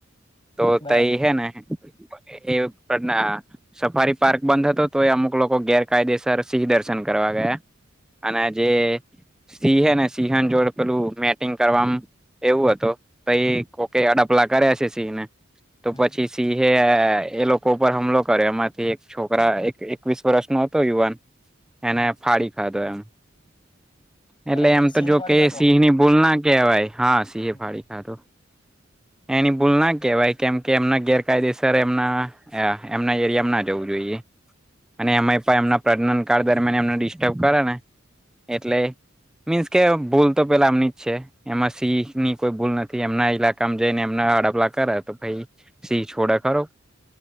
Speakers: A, in the centre; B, on the left.
A: તો
B: બરાબર
A: તઈ હેને એવું પણના. સફારી પાર્ક બંધ હતો, તો એ અમુક લોકો ગેરકાયદેસર સિંહ દર્શન કરવા ગયા. અને જે. સિંહ હેને સિંહન જોડે પેલું મેટિંગ કરવા, એવું હતું. તયે કોકે અડપલા કર્યા છે સિંહને, તો
B: હમ
A: પછી. એ એ લોકો ઉપર હુમલો કર્યો એમાંથી એક છોકરા એક એકવીસ વર્ષ નો હતો યુવાન.
B: હમ
A: એને ફાડી ખાધો એમ.
B: બરાબર
A: એટલે એમ
B: સિંહે
A: તો જો
B: ફાડી
A: કે
B: ખાતો
A: એ સિંહ ની ભૂલ ના કેહેવાય, હા સિંહે
B: હમ.
A: ફાડી ખાધું એની ભૂલ ના કેહેવાય, કેમ કે એમના ગેરકાયદેસર એમના આ એમના એરિયામાં ના જવું જોઈએ. અને એમાં પણ એમના પ્રજનન કાળ દરમિયાન એમને ડિસ્ટર્બ કરે ને, એટલે મીન્સ કે ભૂલ તો પેલા આમની જ છે, એમાં સિંહ ની કોઈ ભૂલ નથી એમના ઈલા કામ જઈને એમના અડપલા કરે તો ભાઈ સિંહ છોડે ખો